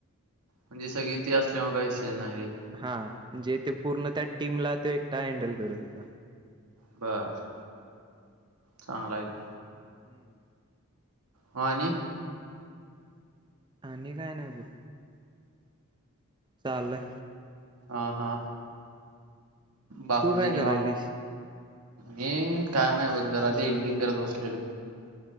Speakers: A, on the right; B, on the right.
A: म्हणजे सगळी ती असल्यामुळ काय विषय नाही रे.
B: हां जे ते पूर्ण त्या टीमला ते एकटा हँडल करत होता.
A: बरं- चांगला आहेकी
B: हुं-
A: ह आणि
B: आणि काय नाय बघ- चालल्य.
A: हा हा बाकी
B: तू काय
A: जण
B: करायलीस
A: हे काय नाही बघ जरा ते एडिटिंग करत बसलेलो.